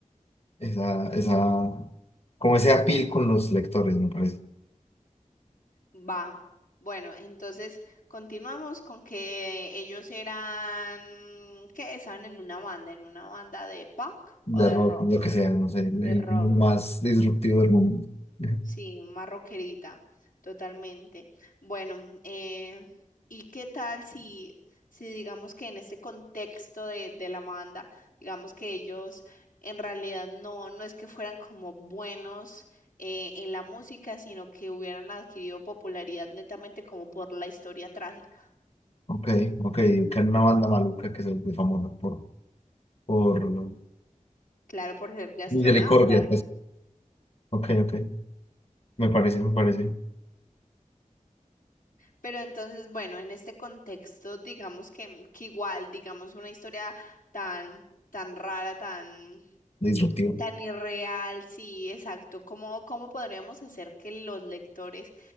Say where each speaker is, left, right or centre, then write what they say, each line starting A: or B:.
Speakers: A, on the left (about 50°); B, on the left (about 85°).
A: esa, esa, como ese appeal con los lectores, me parece.
B: va. Bueno, entonces continuamos con que ellos eran, que estaban en una banda, en una banda de punk
A: De
B: o de
A: rock,
B: rock.
A: lo que sea, no sé, el,
B: De
A: el
B: rock.
A: más disruptivo del momento. <laughs>
B: Sí, más rockerita, totalmente. Bueno, mm, eh, ¿y qué tal si, si digamos que en este contexto de, de la banda, digamos que ellos en realidad no, no es que fueran como buenos eh, en la música, sino que hubieran adquirido popularidad netamente como por la historia trágica?
A: Ok, ok, que era una banda maluca que se volvió famosa por, por
B: Claro, por ser de astronautas.
A: misericordia, Ok, ok. Me parece, me parece
B: Pero entonces, bueno, en este contexto, digamos que, que igual, digamos, una historia tan, tan rara, tan,
A: disruptivo.
B: tan irreal, sí, exacto. ¿Cómo, cómo podríamos hacer que los lectores